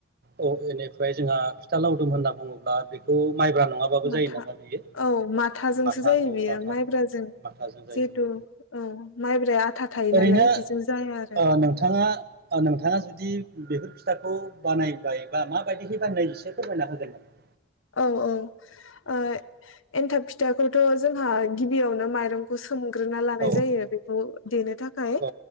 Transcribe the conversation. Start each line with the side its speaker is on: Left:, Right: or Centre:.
Right: औ बेनिफ्राय जोंहा फिथा लावदुम होनना बुङोब्ला बेखौ। माइब्रा नङाबाबो
Left: माथा
Right: जायो नामा बेयो
Left: औ माथाजोंसो
Right: माथा
Left: जायो
Right: औ
Left: बियो
Right: माथा।
Left: माइब्राजों
Right: माथाजों जायो
Left: जिहेथु औ माइब्राया आथा थायो
Right: ओरैनो
Left: नालाय बेजों जाया आरो
Right: ओ
Left: औ
Right: नोंथाङा। औ नोंथाङा जुदि। बेफोर फिथाखौ बानायबाय बा माबायदिहै बानायनाय एसे फोरमायना होगोन नामा?
Left: औ औ ओ। एन्थाब फिथाखौथ' जोंहा गिबियावनो माइरंखौ सो सोमग्रोना लानाय
Right: औ
Left: जायो बेखौ देनो थाखाय
Right: औ